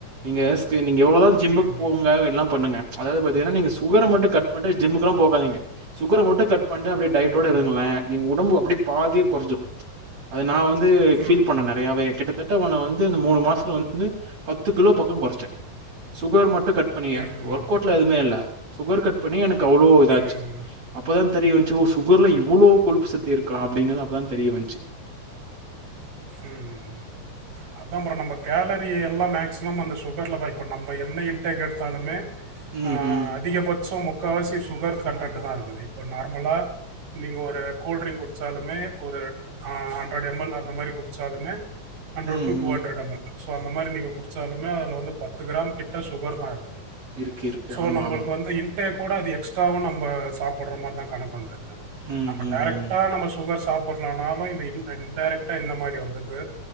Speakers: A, on the right; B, on the right.
A: நீங்க ஸ் நீங்க எவ்ளோதா ஜிம்க்கு
B: ம்
A: போங்க
B: ம்
A: எல்லா பண்ணுங்க ப்ச் அதாது பாத்தீங்கன்னா நீங்க சுகர மட்டு கட் பண்ணிட்டு ஜிம்முக்கு எல்லா போகாதீங்க சுகர மட்டு கட் பண்ணிட்டு அப்டியே டயட்டோட
B: ம் ம்
A: இருங்களே நீங்க ஒன் ஒடம்பு அப்படி பாதியா கொறஞ்சிரு அது நா வந் து
B: ம்
A: ஃபீல் பண்ண நிறையாவே கிட்டதட் ட உன வந்து இந்த மூணு மாசத்துல வந்து பத்து கிலோ பக்கோ கொறச் சுட்ட சுகர் மட்டு கட் பண்ணிய
B: ம்
A: ஒர்க் அவுட்ல எதுவுமே இல்ல சுகர் கட் பண்ணி எனக்கு அவ்ளோ இதாச்சு
B: ம்
A: அப்பதா தெரியவந்ச்சு சுகர்ல இவ்ளோ கொழுப்பு சத்து இருக்கா அப்படிங்கறது அப்பதா தெரிய வந்ச்சு
B: ஹம் அதான் ப்ரோ நம்ம கேலரி எல்லா மேக்சிமம் அந்த சுகர்லதா இப்போ நம்ம என்ன இன்டேக் எடுத்தாலுமே
A: ம்
B: ஆஹ்
A: ம்
B: அதிகபச்சம் முப் முக்காவாசி சுகர் கன்டென்ட்தா அது இப்ப நார்மலா நீங்க ஒரு கூல்டிரிங் குடிச்சாலுமே ஒரு ஹன்ரெடு எம் எல் அந்த மாரி குடிச் சாலுமே ஹன்ரெடு
A: ம்
B: டு டுஹண்ரெடு
A: ம்
B: எம் எல் சோ அந்த மாரி நீங்க குடிச்சாலுமே அதுல வந்து பத்து கிராம் கிட்ட சுகர்தா அது அது
A: இருக்கு இருக்கு
B: சோ
A: ஆமா
B: நம்மளுக்கு
A: ஆமா
B: வந்து இன் முடட்டய கூட அது எக்ஸ்ட்ராவா நம்ப சாப்படுற மாரிதா கணக்கு வந்துர்து
A: ம்
B: நம்ம
A: ம்
B: டைரெக்டா
A: ம்
B: நம்ம சுகர்ஸ் சாப்பிடறலானாலும் இது இன்டடைரக்டா இந்த மாரி வந்துருது